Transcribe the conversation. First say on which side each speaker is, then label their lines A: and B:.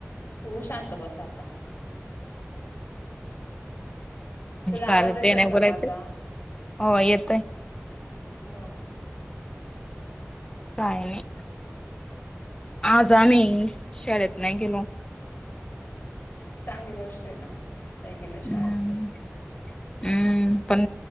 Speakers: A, on the left (about 50°); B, on the left (about 20°).
A: तू शांत बस आता. तुला आवाज
B: चालेल
A: येतोय
B: ते नाही
A: का
B: बोलायच.
A: माझा
B: हो येतोय.
A: मग
B: काय नाही. आज आम्ही शाळेत नाही गेलो.
A: चांगली गोष्ट आहे ना. नाही गेले शाळेत
B: हम्म
A: तर.
B: हम्म पण